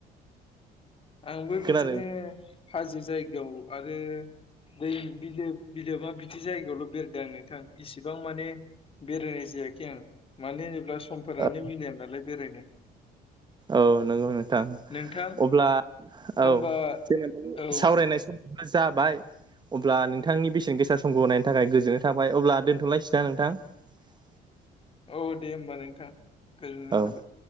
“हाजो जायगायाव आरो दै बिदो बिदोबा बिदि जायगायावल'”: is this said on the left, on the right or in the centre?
Left